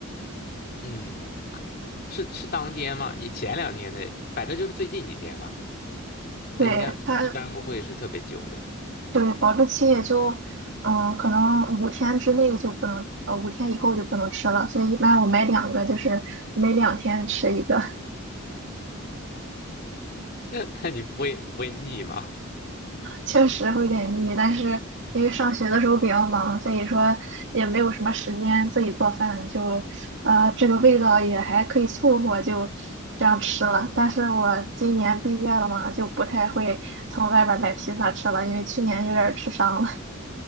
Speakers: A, on the left; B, on the right.
A: 嗯，可是是当天吗？也前两天的，反正就是最近几天吧。它应该一般不会是特别久的，
B: 对它，对，保质期也就，嗯、可能五天之内就不能，呃，五天以后就不能吃了，所以一般我买两个，就是每两天吃一个。
A: <laughs> 但你不会不会腻吗？
B: 确实会有点腻，但是因为上学的时候比较忙，所以说也没有什么时间自己做饭，就呃这个味道也还可以凑合，就这样吃了。但是我今年毕业了嘛，就不太会从外边儿买披萨吃了，因为去年有点儿吃伤了。